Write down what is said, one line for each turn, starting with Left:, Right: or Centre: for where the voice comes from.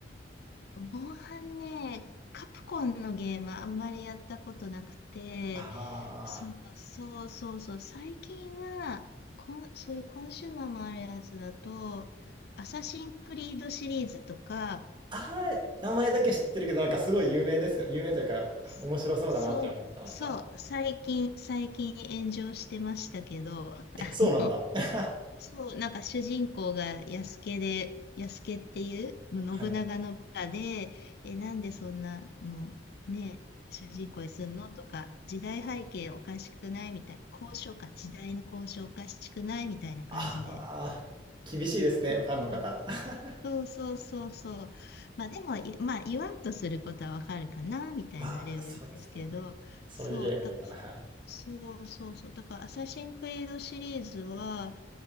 Left: モンハンね、カプコンのゲームあんまりやったことなくて、
Right: ああ
Left: そうそうそうそう、最近は、こん、そういうコンシューマーもあるやつだと、アサシンクリードシリーズとか、
Right: あー、名前だけ知ってるけど、なんかすごい有名ですよ。有名というか、
Left: そそう、
Right: 面白そうだなって思ってました。
Left: そう、最近、最近炎上してましたけど、あの、
Right: え、そうなんだ。<laughs>
Left: そう、なんか主人公が安家で、安家っていう信長の部下で、
Right: はい。
Left: え、なんでそんなの、ね、主人公にすんのとか、時代背景おかしくないみたいな、交渉か、時代の交渉おかしくないみたいな感じで、
Right: ああ、厳しいですね、
Left: そう
Right: ファンの方。<laughs>
Left: そうそうそうそう。まあでもい、まあ言わんとすることはわかるかな、みたいなレベルですけど、
Right: まあ、そうですよね。そういうゲームだから、
Left: そう、だから、
Right: はい。
Left: そうそうそう。だから、アサシンクリードシリーズは、